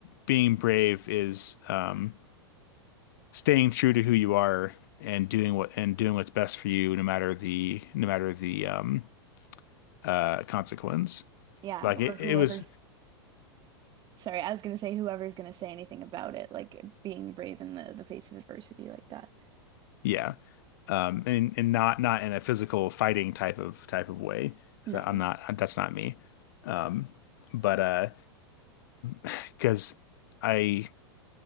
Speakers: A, on the left; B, on the right.
A: being brave is um, staying true to who you are and doing what and doing what's best for you, no matter the no matter the um, uh, consequence.
B: Yeah,
A: Like
B: or
A: it,
B: whoever.
A: it was.
B: Sorry, I was gonna say whoever's gonna say anything about it, like being brave in the the face of adversity like that.
A: Yeah. Um, and and not not in a physical fighting type of type of way because
B: No.
A: I'm not that's not me. Um, but uh, because I